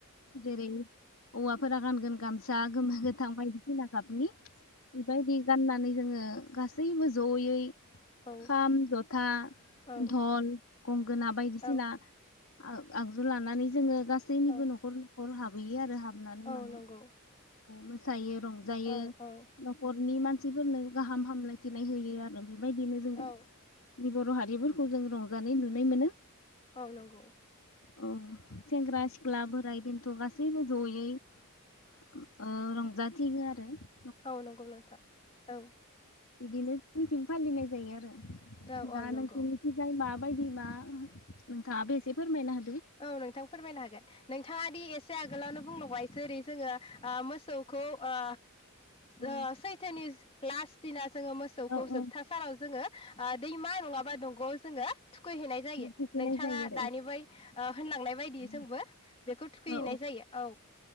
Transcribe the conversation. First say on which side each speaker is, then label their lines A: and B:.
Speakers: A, on the left; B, on the left.
A: जेरै हौवाफोरा गानगोन गामसा सा गोमो गोथां बायदिसिना गाबनि बेबायदि गाननानै जोङो गासैबो जयै
B: औ
A: खाम जथा
B: औ
A: टल गंगोना बायदिसिना
B: औ
A: आग-आगजु लानानै जोङो गासैनिबो
B: औ
A: नखर नखर हाब बोयो आरो हाब हाबनानै
B: औ
A: माने
B: नंगौ
A: मोसायो रं जायो
B: औ औ
A: नखरनि मान मानसिफोरनो गाहाम हामलायथिनाय होयो आरो। बेबायदिनो जोंङो
B: औ
A: जोंनि बर' हारिफोरखौ जों रंजानाय नुनाय मोनो।
B: औ नंगौ।
A: अ सेंग्रा सिख्ला बोराइ बेन्थ गासैबो जयै उम ओ रंजाथिंङो आरो। बे
B: औ नंगौ नोंथां औ।
A: बिदिनो जोंनिथिं फालिनाय जायो आरो।
B: औ
A: दा
B: औ नंगौ
A: नोंसोरनि थिंजाय माबायदि? दि मा नोंथाङाबो एसे फोरमायना हो।
B: औ नोंथां फोरमायनो हागोन नोंथाङा दि एसे आगोलावनो बुंलांबाय एसे ओरै जोङो ओ मोसौखौ ओ
A: औ
B: ओ सैथोनि लास दिना जोङो मोसौखौ
A: औ
B: जोबथा
A: औ
B: सानाव जोङो ओ दैमा नङाबा दंग'आव जोङो थुखैहैनाय जायो।
A: थुखैनाय
B: नोंथाङा
A: जायो
B: दानि बै ओ होनलांनाय बायदि
A: आरो
B: जोंबो बेखौ थुखैहैनाय
A: औ
B: जायो औ।